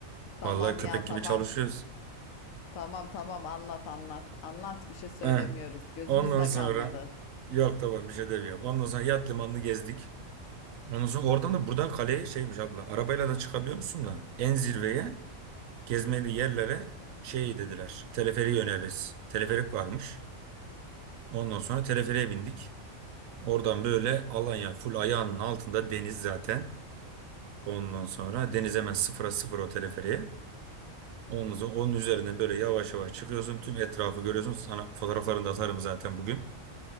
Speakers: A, on the left (about 85°); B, on the right (about 80°).
A: tamam
B: Vallahi köpek
A: ya tamam
B: gibi çalışıyoruz.
A: tamam tamam anlat anlat anlat bir şey söylemiyoruz
B: Heh.
A: gözümüzde
B: Ondan sonra
A: kalmadı.
B: yok tamam bir şey demiyorum. Ondan sonra yat limanını gezdik. Ondan sonra oradan da buradan kaleye şeymiş abla. Arabayla da çıkabiliyor musun da? En zirveye gezmeli yerlere şey dediler. Teleferiği öneririz. Teleferik varmış. Ondan sonra teleferiğe bindik. Oradan böyle Alanya full ayağının altında deniz zaten. Ondan sonra deniz hemen sıfıra sıfır o teleferiğe. Ondan sonra onun üzerine böyle yavaş yavaş çıkıyorsun. Tüm etrafı görüyorsun. Sana fotoğraflarını da atarım zaten bugün.